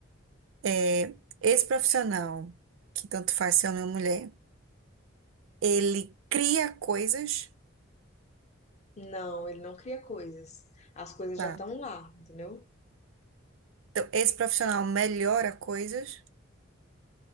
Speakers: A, on the right; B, on the left.
A: É, esse profissional, que tanto faz ser homem ou mulher, ele cria coisas,
B: Não, ele não cria coisas. As coisas
A: tá?
B: já estão lá, entendeu?
A: Então, esse profissional melhora coisas?